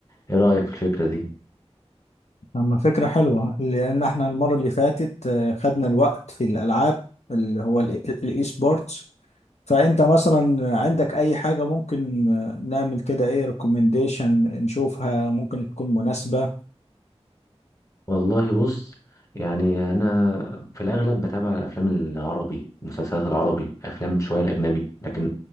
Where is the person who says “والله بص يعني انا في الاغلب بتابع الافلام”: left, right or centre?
Left